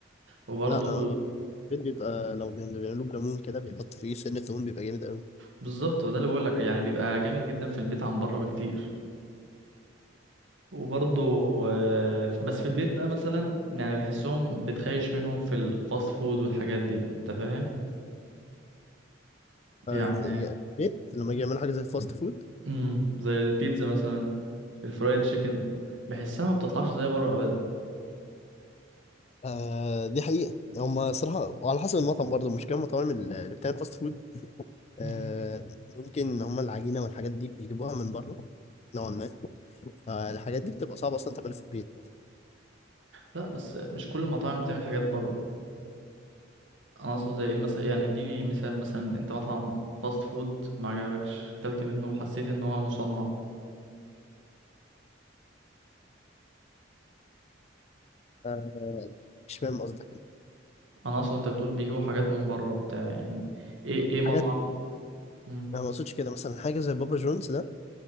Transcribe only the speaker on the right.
وبرضو
بالظبط وده اللي بقول لك يعني بيبقى جامد جدا في البيت عن بره بكتير وبرضه آه، بس في البيت بقى مثلا يعني بحسهم بتخيش منهم في الفاست فود والحاجات دي انت فاهم
يعني
امم زي البيتزا مثلا الفرايد تشيكن بحسها ما بتطلعش زي بره ابدا
مم.
لا بس مش كل المطاعم بتعمل حاجات بره انا اقصد زي ايه مثلا يعني اديني مثال مثلا انت مطعم فاست فود ما عجبكش اكلت منه وحسيت ان هو مصنع
انا اقصد انت بتقول بيجيبوا حاجات من بره وبتاع يعني ايه ايه مطعم
مم.